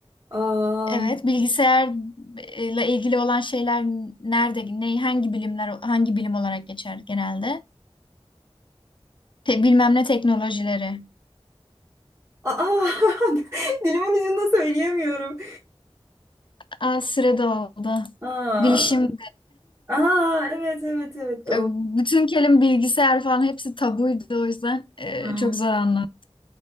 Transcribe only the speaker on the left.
Evet bilgisayarla ilgili olan şeyler nerede ne hangi bilimler hangi bilim olarak geçer genelde? Te- bilmem ne teknolojileri.
Aa, sırada oldu.
Bilişim
E, Bütün kelime bilgisayar falan hepsi tabuydu o yüzden e,
çok zor anladım.